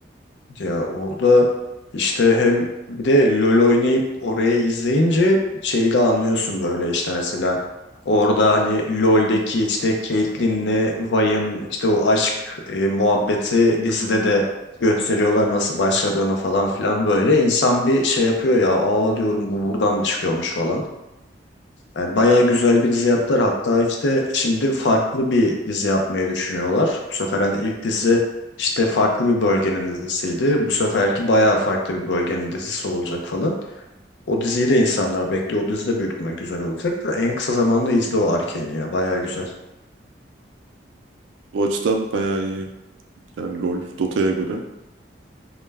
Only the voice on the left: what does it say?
Ya orada işte hem bir de LoL oynayıp oraya izleyince şeyi de anlıyorsun böyle işte mesela orada hani LoL'deki işte Caitlyn'le Vayne'ın işte o aşk e, muhabbeti dizide de gösteriyorlar nasıl başladığını falan filan böyle insan bir şey yapıyor ya aa diyorum bu buradan mı çıkıyormuş falan. Yani bayağı güzel bir dizi yaptılar. Hatta işte şimdi farklı bir dizi yapmayı düşünüyorlar. Bu sefer hani ilk dizi işte farklı bir bölgenin dizisiydi. Bu seferki bayağı farklı bir bölgenin dizisi olacak falan. O diziyi de insanlar bekliyor. O dizi de büyük ihtimal güzel olacak da en kısa zamanda izle o Arcane'i ya. Bayağı güzel.